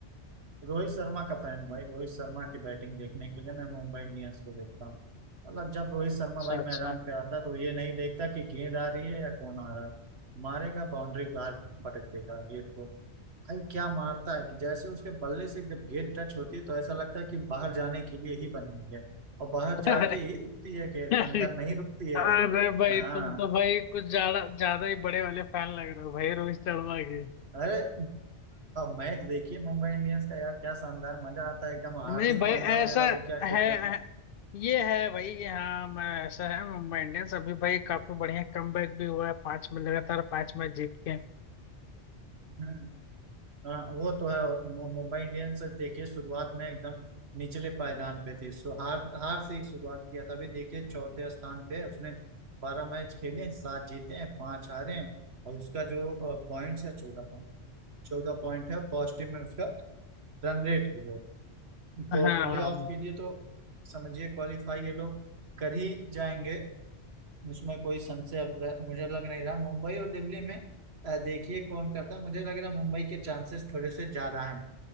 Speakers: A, on the right; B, on the left.
A: रोहित शर्मा का फैन हूँ भाई रोहित शर्मा की बैटिंग देखने के लिए मैं मुंबई इंडियंस को देखता हूँ मतलब जब रोहित शर्मा
B: अच्छा
A: भाई मैदान
B: अच्छा
A: पे आता है तो ये नहीं देखता कि गेंद आ रही है या कौन आ रहा है मारेगा बाउंड्री बाहर पटक देगा गेंद को भाई क्या मारता है कि जैसे उसके बल्ले से जब गेंद टच होती है तो ऐसा लगता है कि बाहर जाने के लिए ही बनी है और बाहर
B: अरे
A: जाके ही रुकती है गेंद
B: अरे
A: अंदर नहीं रुकती है
B: अरे भाई
A: हाँ
B: तुम तो भाई कुछ ज्यादा ज्यादा ही बड़े वाले फैन लग रहे हो भाई रोहित शर्मा के
A: अरे मैच देखिए मुंबई इंडियंस का यार क्या शानदार मजा आता है एकदम हार्दिक
B: नहीं भाई
A: पांड्या
B: ऐसा
A: वगैरह भी क्या खेलते
B: है
A: हैं
B: है- ये है भाई हाँ मैं ऐसा है मुंबई इंडियंस अभी भाई काफी बढ़िया कमबैक भी हुआ है पांच में लगातार पांच मैच जीत के
A: हम्म, हाँ, वो तो है और मु- मुंबई इंडियंस देखिए शुरुआत में एकदम निचले पायदान पे थी सो हार हार से ही शुरुआत किया था अभी देखिए चौथे स्थान पे है उसने बारह मैच खेले हैं, सात जीते हैं पांच हारे हैं और उसका जो पॉइंट्स है चौदह पॉइंट चौदह पॉइंट है पॉजिटिव में उसका रन रेट भी हो तो
B: हाँ
A: प्लेऑफ
B: हाँ
A: के लिए तो समझिए क्वालिफाई ये लोग कर ही जाएंगे उसमें कोई संशय अब र- मुझे लग नहीं रहा मुंबई और दिल्ली में अ, देखिए कौन करता है मुझे लग रहा है मुंबई के चांसेस थोड़े से ज्यादा हैं